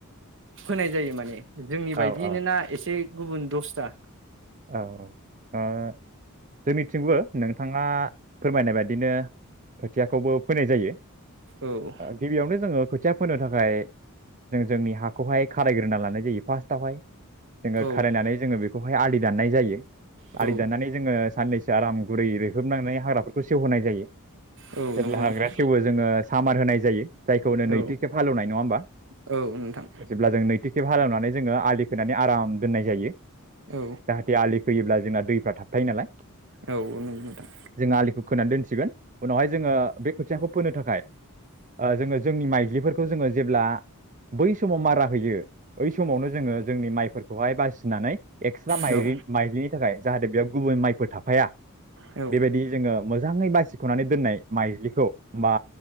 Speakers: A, on the right; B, on the right.
A: होनाय जायो माने जोंनि
B: औ
A: बायदियनो
B: औ
A: ना एसे गुबुन दसथा
B: औ औ जोंनिथिंबो नोंथाङा फोरमायनाय बायदिनो खोथियाखौबो फैनाय जायो
A: औ
B: गिबियावनो जोङो खोथिया फोनो थाखाय जों जोंनि हाखौहाय खारायग्रोना लानाय जायो फार्स्टआवहाय। जोङो
A: औ
B: खारायनानै जोङो बेखौहाय आलि दनाय जायो
A: औ
B: आलि दाननानै जोङो साननैसो आराम गुरै रोहोबनानै हाग्राफोरखौ सेवहोनाय जायो
A: औ
B: जेब्ला
A: नंगौ नोंथां
B: हाग्रा सेवो जोङो सामान होनाय जायो जायखौनो नैथि
A: औ
B: खेब हालेवनाय नङा होमबा
A: औ नोंथां
B: जेब्ला जों नैथि खेब हालेवनानै जोङो आलि फोनानै आराम दोननाय जायो
A: औ
B: जाहाथे आलि फैयोब्ला जोंना दैफ्रा थ थाख थायो नालाय
A: औ नंगौ नोंथां
B: जोङो आलिखौ खोनानै दोनसिगोन उनावहाय जोङो बे खोथियाखौ फोनो थाखाय आ जोङो जोंनि माइज्लिफोरखौ जोङो जेब्ला बै समाव मारा होयो बओै समावनो जोङो जोंनि माइफोरखौहाय बासिनानै सिला माइरि
A: औ
B: माइज्लिनि थाखाय जाहाथे बेयाव गुबै माइफोर थाफाया
A: औ
B: बेबायदि जोङो मोजाङै बासिख'नानै दोननाय माइज्लिखौ बा